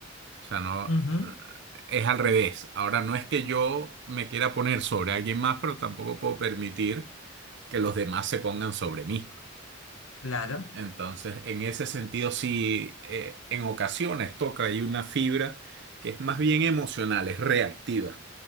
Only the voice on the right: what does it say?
O sea, no,
es al revés. Ahora no es que yo me quiera poner sobre alguien más, pero tampoco puedo permitir que los demás se pongan sobre mí.
Entonces, en ese sentido, sí, eh, en ocasiones toca ahí una fibra que es más bien emocional, es reactiva.